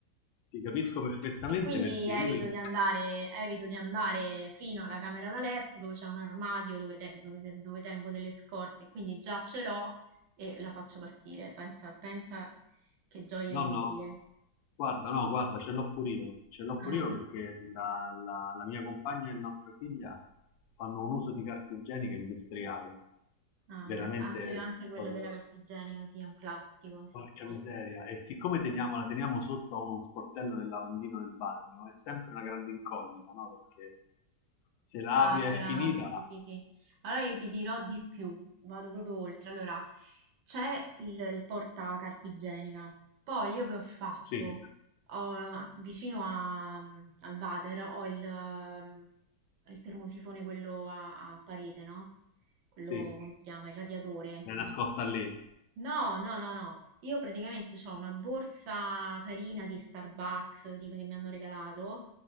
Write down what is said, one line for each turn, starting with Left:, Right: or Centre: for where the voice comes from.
Left: ti capisco perfettamente
Right: E quindi
Left: perché
Right: evito
Left: io in
Right: di andare, evito di andare fino alla camera da letto dove c'è un armadio dove, te- dove te- dove tengo delle scorte, quindi già ce l'ho e la faccio partire. Pensa, pensa che gioia inutile.
Left: No, no, guarda, no, guarda, ce l'ho pure io, ce l'ho
Right: Ah,
Left: pure io perché la, la- la mia compagna e nostra figlia fanno un uso di carta igienica industriale,
Right: ah,
Left: veramente
Right: anche, anche quello
Left: proprio,
Right: della carta igienica, sì, è un classico, sì,
Left: porca
Right: sì.
Left: miseria, e siccome teniamo, la teniamo sotto a uno sportello del lavandino del bagno, è sempre una grande incognita, no? Perché se la
Right: Ah,
Left: apri è
Right: allora
Left: finita,
Right: sì, sì, sì. Allora io ti dirò di più, vado proprio oltre. Allora, c'è il, il porta carta igienica. Poi io che ho fatto?
Left: sì,
Right: Ho- a- vicino a- al water ho il, ehm, il termosifone, quello a, a parete, no? Quello,
Left: sì,
Right: come si chiama? Il radiatore.
Left: è nascosta
Right: mm,
Left: lì,
Right: No, no, no, no. Io praticamente ho una borsa carina di Starbucks, tipo che mi hanno regalato,